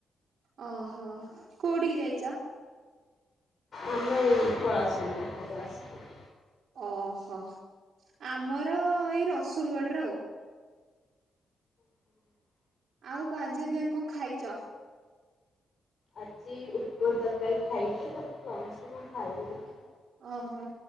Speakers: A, on the right; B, on the left.
A: ଓହୋ କୋଉଠିକି ଯାଇଚ?
B: ଆମର ଏଇ ପଳାଶୁଣୀ ପାଖକୁ ଆସିିଚି
A: ଓହୋ ଆମର ଏଇ ରସୁଲଗଡରେ ଆଉ।
B: ହୁଁ
A: ଆଉ ଆଜି ଦିନ କଣ ଖାଇଚ?
B: ଆଜି ଉପମା ତରକାରୀ ଖାଇଚି ତାପରେ ଲଞ୍ଚ କଣ ଖାଇବି ଦେଖିବା।
A: ଓହୋଆଉ